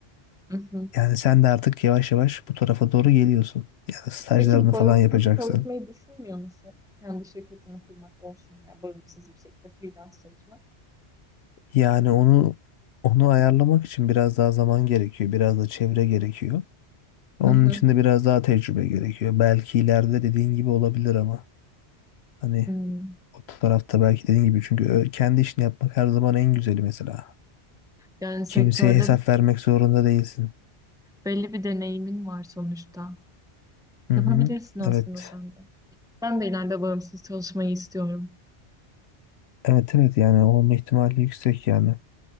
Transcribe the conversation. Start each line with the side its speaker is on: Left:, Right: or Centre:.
Centre: Hı hı.
Left: Yani sen de artık yavaş yavaş bu tarafa doğru geliyorsun. Yani stajlarını
Centre: Peki bağımsız
Left: falan yapacaksın.
Centre: çalışmayı düşünmüyor musun? Kendi şirketini kurmak olsun ya bağımsız bir şekilde freelance çalışmak.
Left: Yani onu onu ayarlamak için biraz daha zaman gerekiyor, biraz da çevre gerekiyor. Onun
Centre: Hı hı.
Left: için de biraz daha tecrübe gerekiyor. Belki ileride dediğin gibi olabilir ama hani
Centre: Hmm.
Left: o tarafta belki dediğin gibi çünkü ö- kendi işini yapmak her zaman en güzeli mesela.
Centre: Yani sektörde
Left: Kimseye hesap vermek zorunda değilsin.
Centre: belli bir deneyimin var sonuçta.
Left: Hı hı.
Centre: Yapabilirsin aslında
Left: Evet.
Centre: sen de. Ben de ileride bağımsız çalışmayı istiyorum.
Left: Evet evet yani olma ihtimali yüksek yani.